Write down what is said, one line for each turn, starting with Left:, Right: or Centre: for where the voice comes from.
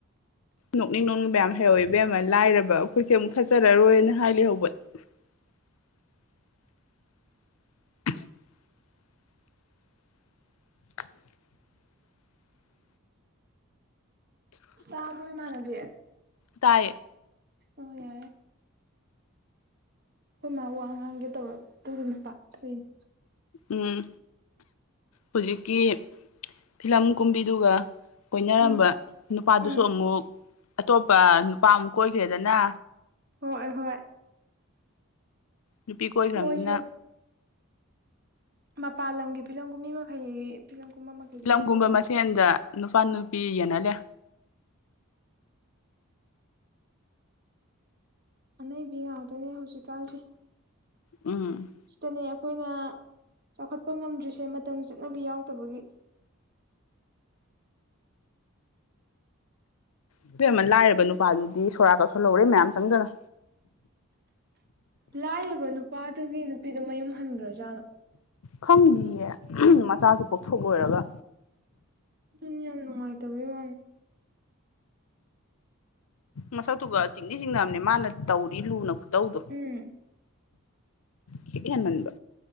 Left: ꯅꯣꯛꯅꯤꯡ ꯅꯅꯨꯡꯅꯤꯡ ꯃꯌꯥꯝ ꯍꯩꯍꯋꯏꯕꯌꯥꯝ ꯑꯃ ꯂꯥꯏꯔꯕ ꯑꯩꯈꯣꯏꯁꯦ ꯑꯃꯨꯛ ꯈꯠꯆꯔꯔꯣꯏꯅ ꯍꯥꯏꯂ ꯍꯧꯕ <inaudible> <inaudible> <inaudible>
Right: ꯇꯥꯕꯔꯣ ꯏꯃꯥꯟꯅꯕꯤ
Left: ꯇꯌꯦ
Right: ꯍ ꯌꯥ <unintelligible> ꯍꯣꯏ ꯃꯥ ꯋꯥ ꯉꯥꯡꯒꯦ ꯇꯧꯔꯛꯇ ꯑꯗꯨꯝ ꯄꯥꯛꯊꯣꯛꯏꯅꯦ
Left: ꯎꯝ ꯍꯧꯖꯤꯛꯀꯤ ꯐꯤꯂꯝ ꯀꯨꯝꯕꯤꯗꯨꯒ ꯀꯣꯏꯅꯔꯝꯕ
Right: ꯎꯝ
Left: ꯅꯨꯄꯥꯗꯨꯁꯨ
Right: ꯎꯝ
Left: ꯑꯃꯨꯛ ꯑꯇꯣꯞꯄ ꯅꯨꯄꯥ ꯑꯃꯨꯛ ꯀꯣꯏꯈ꯭ꯔꯦꯗꯅ
Right: ꯍꯣꯏ ꯍꯣꯏ
Left: ꯅꯨꯄꯤ ꯀꯣꯏꯈ꯭ꯔꯕꯅꯤꯅ
Right: ꯃꯣꯏꯁꯦ ꯃꯄꯥꯟ ꯂꯝꯒꯤ ꯐꯤꯂꯝꯒꯨꯝ ꯃꯤ ꯃꯈꯩ ꯐꯤꯂꯝ ꯀꯨꯝꯕ ꯃꯈꯩꯅꯤ
Left: ꯐꯤꯂꯝꯒꯨꯝꯕ
Right: ꯃꯣꯏ ꯁꯥꯔꯤꯁꯦ
Left: ꯃꯁꯦꯟꯗ ꯅꯨꯄꯥ ꯅꯨꯄꯤ ꯌꯦꯅꯜꯂꯦ
Right: ꯑꯅꯩꯕꯤ ꯉꯥꯛꯇꯅꯦ ꯍꯧꯖꯤꯛꯀꯥꯟꯁꯦ
Left: ꯎꯝ
Right: ꯁꯤꯇꯅꯦ ꯑꯩꯈꯣꯏꯅ ꯆꯥꯎꯈꯠꯄ ꯉꯝꯗ꯭ꯔꯤꯁꯦ ꯃꯇꯝꯒꯤ ꯆꯠꯅꯕꯤ ꯌꯥꯎꯗꯕꯒꯤ
Left: ꯏꯕꯦꯝꯃ ꯂꯥꯏꯔꯕ ꯅꯨꯄꯥꯗꯨꯗꯤ ꯁꯣꯔꯥꯠ ꯀ ꯁꯣꯟꯍꯧꯔꯦ ꯃꯌꯥꯝ ꯆꯪꯗꯅ
Right: ꯂꯥꯏꯔꯕ ꯅꯨꯄꯥꯗꯨꯒꯤ ꯅꯨꯄꯤꯗꯨ ꯃꯌꯨꯝ ꯍꯟꯈ꯭ꯔꯖꯥꯠꯂꯣ
Left: ꯈꯪꯗ꯭ꯌꯦ ꯃꯆꯥꯗꯨ ꯄꯣꯛꯊꯣꯛꯂꯣꯏꯔꯒ
Right: ꯑꯗꯨꯅ ꯌꯥꯝ ꯅꯨꯡꯉꯥꯏꯇꯕꯩ ꯋꯥꯅꯤ
Left: ꯃꯁꯛꯇꯨꯒ ꯆꯤꯡꯗꯤ ꯆꯤꯡꯅꯕꯅꯦ ꯃꯥꯅ ꯇꯧꯔꯤ ꯂꯨꯅ ꯈꯨꯠꯇꯧꯗꯣ
Right: ꯎꯝ
Left: ꯈꯤꯠ ꯍꯦꯟꯃꯟꯕ